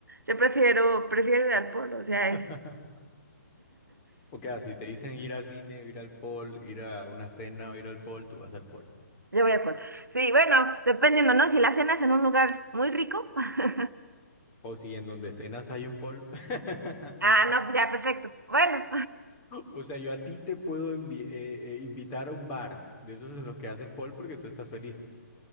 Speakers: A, on the right (about 85°); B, on the left (about 25°).
A: Yo prefiero, prefiero ir al polo, o sea,
B: <laughs>
A: es,
B: O sea, si te dicen ir al cine, ir al pool, ir a una cena o ir al pool, tú vas al pool.
A: yo voy al polo. Sí, bueno, dependiendo, ¿no? Si la cena es en un lugar muy rico, <laughs>
B: O si en donde cenas hay un pool. <laughs>
A: ah, no, pues ya, perfecto. Bueno.
B: O sea, yo a ti te puedo envi- eh, eh, invitar a un bar de esos en los que hacen pool porque tú estás feliz.